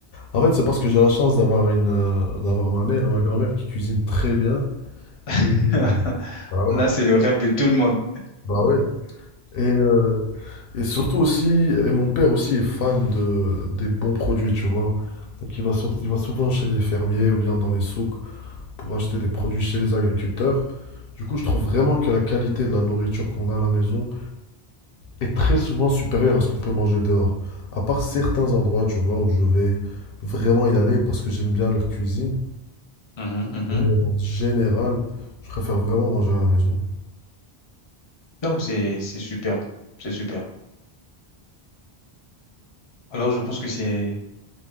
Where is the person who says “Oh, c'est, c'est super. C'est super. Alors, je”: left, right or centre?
Left